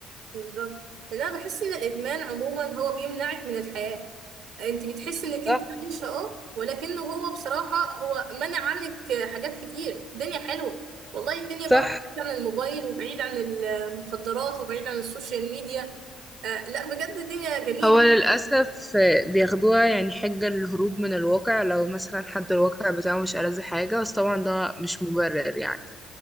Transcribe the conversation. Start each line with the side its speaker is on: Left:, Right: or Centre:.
Right: بالظبط لأن انا بحس ان الادمان عموما هو بيمنعك من الحياه انت بتحسي انك
Centre: صح
Right: انت عايشه اه ولكنه هو بصراحه هو منع عنك حاجات كتير الدنيا حلوه والله الدنيا
Centre: صح
Right: بره بعيد عن الموبايل وبعيد عن المخدرات وبعيد عن السوشيال ميديا آه لا بجد الدنيا جميله
Centre: هو للأسف بياخدوها يعني حجة للهروب من الواقع لو مثلا حد الواقع بتاعه مش ألذ حاجة بس طبعا ده مش مبرر يعني